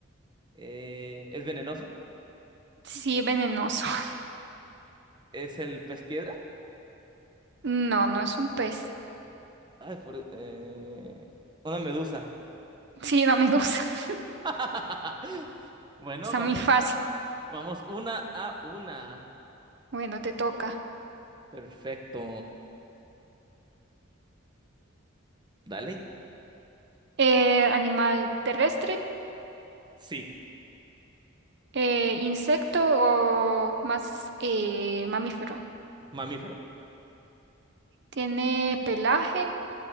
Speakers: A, on the right (about 20°); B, on the right (about 55°).
A: Eh, ¿es venenoso?
B: sí, venenoso. <laughs>
A: ¿Es el pez piedra?
B: No, no es un pez.
A: Ay, por- eh, una medusa.
B: Sí, no me gusta. <laughs>
A: <laughs> Bueno,
B: Está
A: vamos,
B: muy fácil.
A: vamos una a una.
B: Bueno, te toca.
A: Perfecto. Dale.
B: Eh, ¿animal terrestre?
A: Sí,
B: Eh, ¿insecto o más eh, mamífero?
A: mamífero.
B: ¿Tiene pelaje?